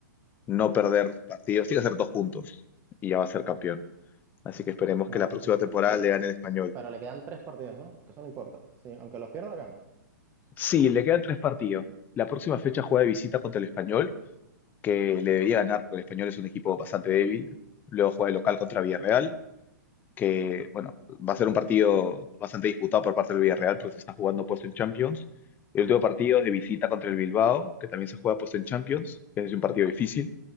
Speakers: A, on the left; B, on the right.
A: no perder partidos, tiene que hacer dos puntos y ya va a ser campeón. Así que esperemos
B: Claro,
A: que la próxima
B: le- porque
A: temporada
B: le-
A: le gane el español.
B: pero le quedan tres partidos, ¿no? Eso no importa. Sí, aunque los pierda, gana.
A: Sí, le quedan tres partidos. La próxima fecha juega de visita contra el español, que le debería ganar porque el español es un equipo bastante débil. Luego juega de local contra Villarreal que, bueno, va a ser un partido bastante disputado por parte del Villarreal, porque se está jugando puesto en Champions. El último partido es de visita contra el Bilbao, que también se juega puesto en Champions, que es un partido difícil,